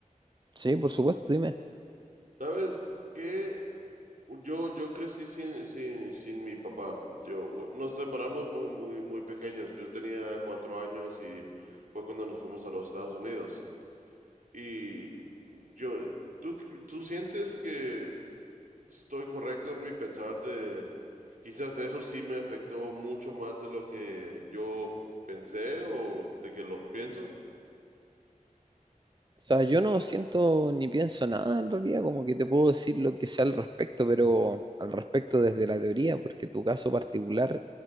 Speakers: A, on the right (about 35°); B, on the right (about 75°).
A: Sí, por supuesto, dime.
B: ¿Sabes qué? Yo, yo crecí sin, sin, sin mi papá. Yo, bu- nos separamos muy, muy, muy pequeños. Yo tenía cuatro años y fue cuando nos fuimos a los Estados Unidos. Y yo, ¿tú, tú sientes que estoy correcto en mi pensar de quizás eso sí me afectó mucho más de lo que yo pensé o de que lo pienso?
A: O sea, yo no siento ni pienso nada en realidad, como que te puedo decir lo que sea al respecto, pero al respecto desde la teoría, porque tu caso particular